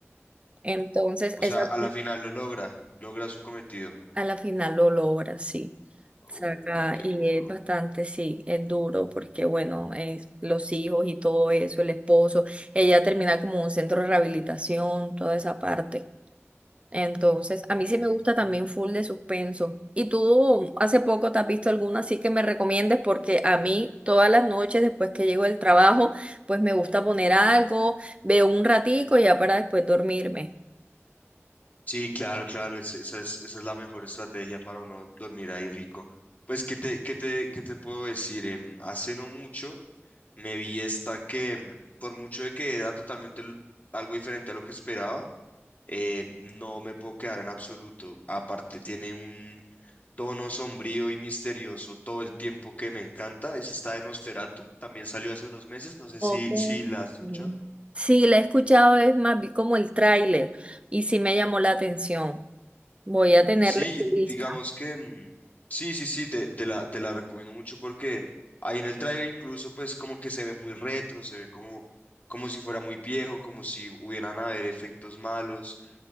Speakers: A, on the right; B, on the left.
A: Entonces,
B: o
A: esa,
B: sea, a la final lo logra, logra su cometido.
A: a la final lo logra, sí.
B: Uy,
A: Saca,
B: qué
A: y
B: duro.
A: es bastante, sí, es duro porque, bueno, es los hijos y todo eso, el esposo, ella termina como en un centro de rehabilitación, toda esa parte. Entonces, a
B: Ujú.
A: mí sí me gusta también full de suspenso. ¿Y tú hace poco te has visto alguna así que me recomiendes? Porque a mí todas las noches después que llego del trabajo, pues me gusta poner algo, veo un ratico y ya para después dormirme.
B: Sí, claro, claro, es- esa es, esa es la mejor estrategia para uno dormir ahí rico. Pues, ¿qué te, qué te, qué te puedo decir? Em, hace no mucho me vi esta que, em, por mucho de que era totalmente l- algo diferente a lo que esperaba, eh, no me puedo quedar en absoluto. Aparte, tiene un tono sombrío y misterioso todo el tiempo que me encanta. Es esta de Nosferatu, también salió hace unos meses, no sé
A: Ok.
B: si,
A: Ujú.
B: si la has escuchado.
A: Sí, la he escuchado, es más, vi como el tráiler y sí me llamó la atención. Voy a tenerla
B: Sí,
A: en lista.
B: digamos que mm, sí, sí, sí, te, te la, te la recomiendo mucho porque ahí en el tráiler incluso pues como que se ve muy retro, se ve como, como si fuera muy viejo, como si hubieran haber efectos malos,